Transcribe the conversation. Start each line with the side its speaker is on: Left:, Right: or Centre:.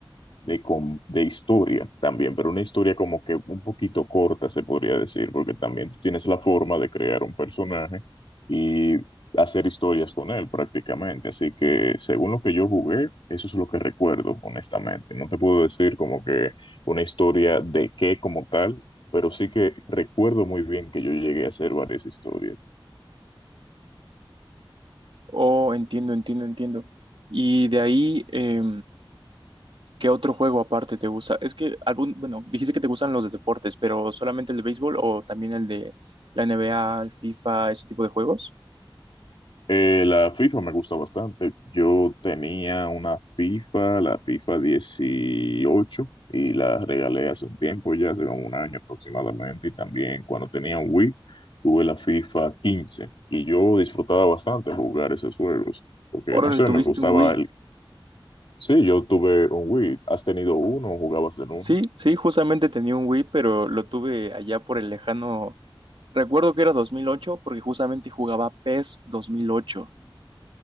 Left: de, com- de historia también, pero una historia como que un poquito corta, se podría decir, porque también tú tienes la forma de crear un personaje y hacer historias con él prácticamente. Así que según lo que yo jugué, eso es lo que recuerdo, honestamente. No te puedo decir como que una historia de qué como tal, pero sí que recuerdo muy bien que yo llegué a hacer varias historias.
Right: Oh, entiendo, entiendo, entiendo. Y de ahí, eh, ¿Qué otro juego aparte te gusta? Es que algún, bueno, dijiste que te gustan los de deportes, pero solamente el de béisbol o también el de la NBA, el FIFA, ese tipo de juegos.
Left: Eh, la FIFA me gusta bastante. Yo tenía una FIFA, la FIFA 18, y la regalé hace un tiempo, ya hace como un año aproximadamente. Y también cuando tenía un Wii, tuve la FIFA 15. Y yo disfrutaba bastante jugar esos juegos, porque
Right: Órale,
Left: no sé,
Right: tuviste
Left: me gustaba
Right: un Wii.
Left: el... Sí, yo tuve un Wii. ¿Has tenido uno o jugabas en uno?
Right: Sí, sí, justamente tenía un Wii, pero lo tuve allá por el lejano. Recuerdo que era 2008, porque justamente jugaba PES 2008,